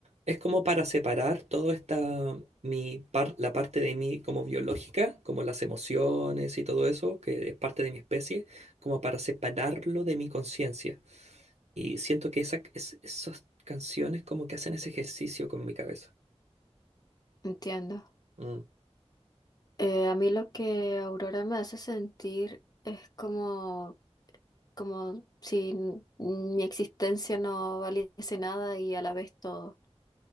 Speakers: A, on the right; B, on the left.
A: es como para separar toda esta, mi par- la parte de mí como biológica, como las emociones y todo eso, que es parte de mi especie, como para separarlo de mi conciencia. Y siento que esa, es- esas canciones como que hacen ese ejercicio con mi cabeza.
B: Entiendo.
A: Mm,
B: Eh, a mí lo que Aurora me hace sentir es como, como si n- mi existencia no valiese nada y a la vez todo.